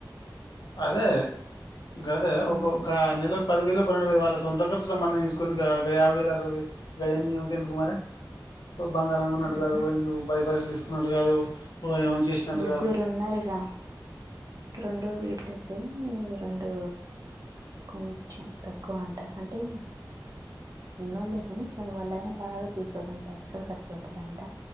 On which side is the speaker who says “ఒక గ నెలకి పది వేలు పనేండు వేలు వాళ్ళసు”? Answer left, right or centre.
Left